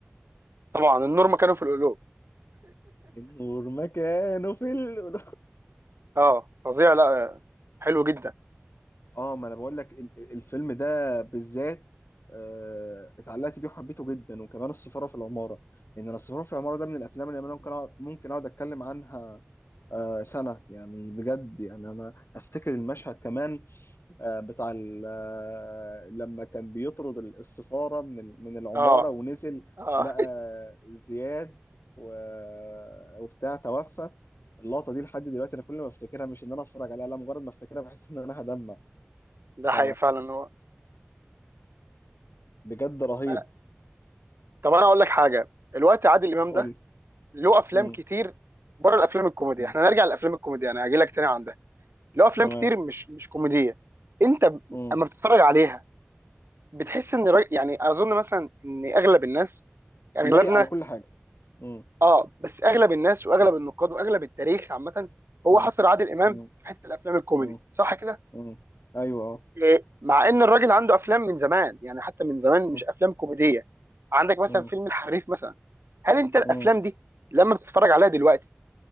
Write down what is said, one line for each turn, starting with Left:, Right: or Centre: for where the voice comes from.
Right: طبعا النور مكانه في القلوب
Left: النور مكانه في ال...
Right: اه فظيع لا حلو جدا
Left: اه ما انا بقول لك ال- ال- الفيلم ده بالذات آه، اتعلقت بيه وحبيته جدا وكمان السفاره في العماره ان انا السفاره في العماره ده من الافلام اللي انا ممكن أقعد- ممكن اقعد اتكلم عنها آه، سنه يعني بجد يعني انا افتكر المشهد كمان آه، بتاع ال- آه، لما كان بيطرد ال- السفاره من ال- من العماره
Right: اه
Left: ونزل
Right: اه
Left: لقى زياد و- وبتاع توفى اللقطه دي لحد دلوقتي انا كل ما افتكرها مش ان انا اتفرج عليها لا مجرد ما افتكرها بحس ان انا هدمع
Right: <laughs> ده حقيقي
Left: ف
Right: فعلا هو
Left: بجد رهيب
Right: أنا- طب انا اقول لك حاجه الوقت عادل امام
Left: قول
Right: ده
Left: لي
Right: له افلام
Left: مم.
Right: كتير بره الافلام الكوميدي
Left: مم.
Right: احنا نرجع للافلام الكوميدي انا هجي لك تاني عندها له افلام
Left: تمام
Right: كتير مش مش كوميديه انت ب-
Left: مم.
Right: اما بتتفرج عليها بتحس ان الراجل يعني اظن مثلا ان اغلب الناس اغلبنا
Left: لايق على كل حاجة مم.
Right: اه بس اغلب الناس واغلب
Left: مم.
Right: النقاد واغلب التاريخ عامه هو
Left: مم.
Right: حصر عادل امام
Left: مم.
Right: في حته الافلام الكوميدي
Left: مم.
Right: صح كده؟
Left: مم. ايوه اه
Right: إيه، مع ان الراجل عنده افلام من زمان يعني حتى من زمان
Left: مم.
Right: مش افلام كوميديه عندك مثلا
Left: مم.
Right: فيلم الحريف مثلا هل انت الافلام
Left: مم.
Right: دي لما بتتفرج عليها دلوقتي